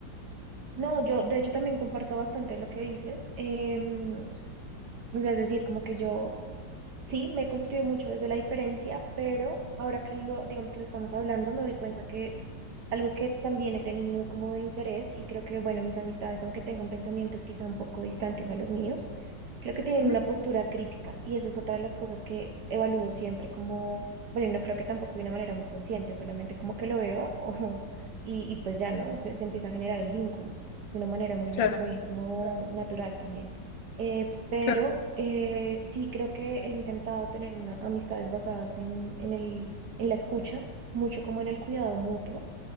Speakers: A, on the right; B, on the left.
A: No, yo de hecho también comparto bastante lo que dices. em, o sea, es decir, como que yo sí me he construido mucho desde la diferencia, pero ahora que lo, digamos que lo estamos hablando, me doy cuenta que Algo que también he tenido como de interés y creo que, bueno, mis amistades, aunque tengan pensamientos quizá un poco distantes a los míos, creo que tienen
B: Ujú,
A: una postura crítica y esa es otra de las cosas que evalúo siempre como, bueno, no creo que tampoco de una manera muy consciente, solamente como que lo veo <laughs> o- y, y pues ya, ¿no? Se, se empieza a generar el vínculo de una manera muy,
B: Claro,
A: muy como natural también. Eh, pero
B: claro.
A: eh, sí creo que he intentado tener una, amistades basadas en, en el, en la escucha, mucho como en el cuidado mutuo